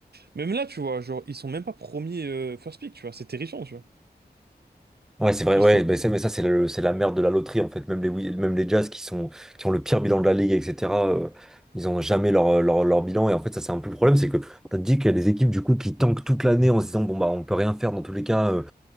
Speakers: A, on the right; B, in the centre.
A: Même là, tu vois, genre, ils sont même pas premiers euh, first pick, tu vois, c'est terrifiant, tu vois.
B: Ouais, c'est vrai,
A: Ils
B: ouais,
A: sont.
B: ben c'est- mais ça, c'est le- c'est la merde de la loterie, en fait. Même les, Wi- même les Jazz qui sont, qui ont le pire bilan de la ligue, etc., euh, ils ont jamais leur, euh, leur, leur bilan. Et en fait, ça, c'est un peu le problème, c'est que t'as dit qu'il y a des équipes, du coup, qui tankent toute l'année en se disant, bon, bah, on peut rien faire dans tous les cas, euh,